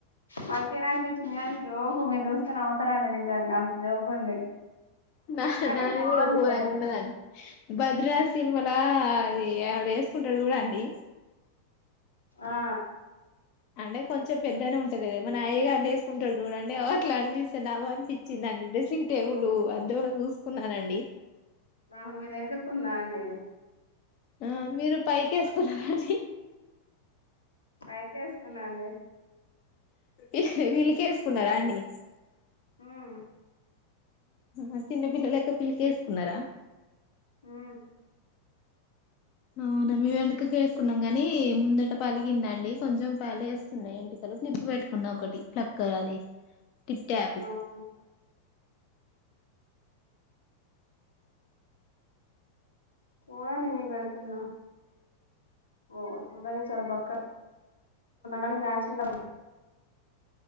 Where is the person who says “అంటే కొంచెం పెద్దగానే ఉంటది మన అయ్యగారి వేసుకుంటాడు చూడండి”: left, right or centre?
Left